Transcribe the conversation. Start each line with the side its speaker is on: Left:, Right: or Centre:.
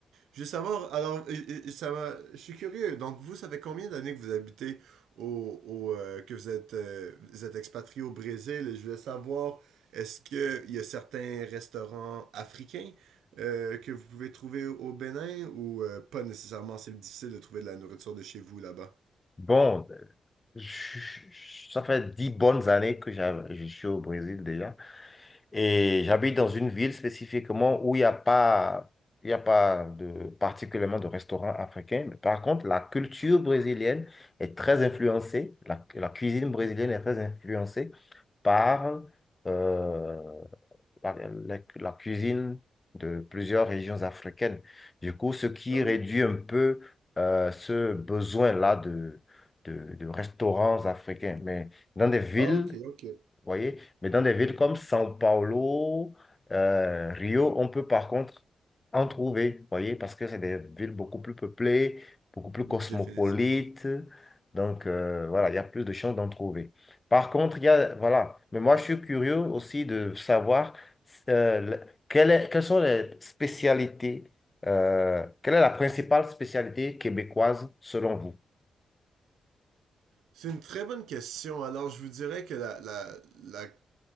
Right: je veux savoir, alors, et- et- ça m'a- je suis curieux. Donc, vous, ça fait combien d'années que vous habitez au, au, euh, que vous êtes, euh, vous êtes expatrié au Brésil? Et je voulais savoir, est-ce que il y a certains restaurants africains euh, que vous pouvez trouver au Bénin ou euh, pas nécessairement? C'est difficile de trouver de la nourriture de chez vous là-bas.
Left: Bon, euh, je- je- ça fait dix bonnes années que j'avais- je suis au Brésil déjà. Et j'habite dans une ville spécifiquement où il n'y a pas, il y a pas de, particulièrement de restaurants africains. Mais par contre, la culture brésilienne est très influencée, la, la cuisine brésilienne est très influencée par euh, la, la- la cuisine de plusieurs régions africaines. Du coup, ce qui
Right: Ah oui.
Left: réduit un peu euh, ce besoin-là de, de, de restaurants africains. Mais dans des villes
Right: Ah, ok, ok.
Left: vous voyez? Mais dans des villes comme São Paulo, euh, Rio, on peut par contre en trouver, vous voyez? Parce que c'est des villes beaucoup plus peuplées, beaucoup plus
Right: Définitivement.
Left: cosmopolites. Donc, euh, voilà, il y a plus de chances d'en trouver. Par contre, il y a, voilà. Mais moi, je suis curieux aussi de savoir euh, le- quelle est- quelles sont les spécialités, euh, quelle est la principale spécialité québécoise selon vous?
Right: C'est une très bonne question. Alors, je vous dirais que la, la, la